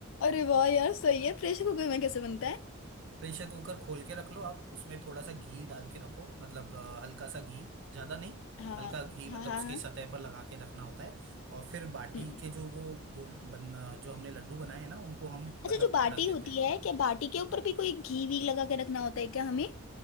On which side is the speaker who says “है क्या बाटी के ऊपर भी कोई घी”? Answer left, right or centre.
Left